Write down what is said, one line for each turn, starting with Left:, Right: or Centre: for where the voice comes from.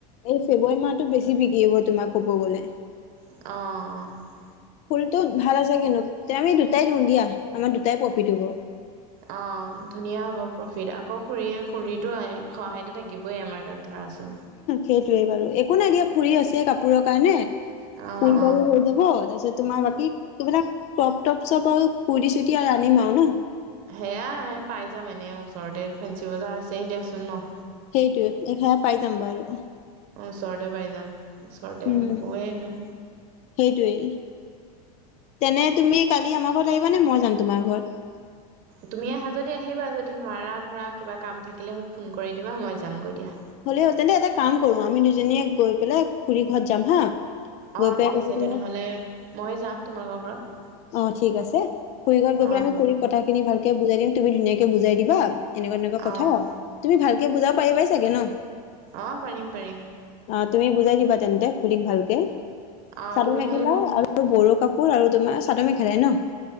Left: এই ফেব্ৰুৱাৰী মাহতো বেছি বিক্ৰী হ'ব তোমাক ক'ব গলে।
Right: অহ অহ
Left: ফুলটো ভাল আছে কিন্তু তে আমি দুটাই দিওঁ দিয়া আমাৰ দুটাই প্ৰফিট হ'ব।
Right: অ ধুনীয়া হ'ব প্ৰফিট আকৌ খুৰী খুৰীটো সহায়টো থাকিবই আমাৰ তাত। ধৰাচোন।
Left: সেইটোৱে বাৰু একো নাই দিয়া খুৰি আছেই কাপোৰৰ কাৰণে
Right: অ
Left: ফুল
Right: অ
Left: বাৰু যাব তাৰপিছত তোমাৰ বাকী কিবিলাক ক্ৰপ টপ চপ আৰু কূৰ্তি চূৰ্তি আৰু আনিম আও ন।
Right: সেয়াই পাই যাম এনে ওচৰতে ফেঞ্চি বজাৰ আছে দিয়াচোন ন।
Left: সেইটোৱে এইখন পাই যাম বাৰু।
Right: ওচৰতে পাই যাম ওচৰতে
Left: উম।
Right: থাকোৱেই এনেও
Left: সেইটোৱেই তেনে তুমি কালি আমাৰ ঘৰত আহিবানে মই যাম তোমাৰ ঘৰত।
Right: তুমি আহা যদি আহিবা যদি নোৱাৰা ধৰা কিবা কাম থাকিলে মোক ফোন কৰি দিবা মই যামগৈ দিয়া।
Left: হ'লেও তেন্তে এটা কাম কৰো আমি দুজনীয়ে গৈ পেলাই খুৰী ঘৰত যাম হা। গৈ
Right: অ
Left: পেলাই
Right: ঠিক
Left: তাতে
Right: আছে
Left: তোমাক
Right: তেনেহ'লে মই যাম তোমালোকৰ ঘৰত।
Left: অ ঠিক আছে, খুৰি ঘৰত গৈ
Right: অঁ
Left: পেলাই আমি খুৰিক কথা খিনি ভালকে বুজাই দিম তুমি ধুনীয়াকে বুজাই দিবা। এনেকুৱা তেনেকুৱা কথা
Right: অঁ
Left: তুমি ভালকে বুজাব পাৰিবাই চাগে ন।
Right: অ', পাৰিম পাৰিম।
Left: অ', তুমি বুজাই দিবা তেন্তে খুৰি ভালকে
Right: অঁ
Left: চাদৰ
Right: তুমি
Left: মেখেলা
Right: খালি মোক
Left: আৰু আৰু বড়ো কাপোৰ আৰু তোমাৰ চাদৰ মেখেলাই ন'?